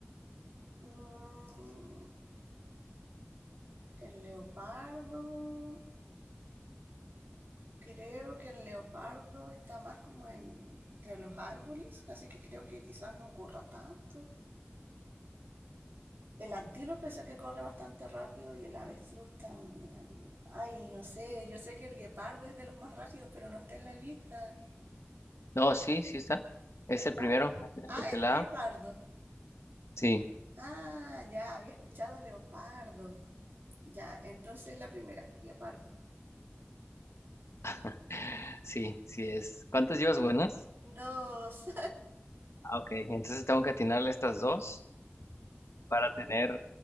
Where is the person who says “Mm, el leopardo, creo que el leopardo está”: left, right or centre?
Right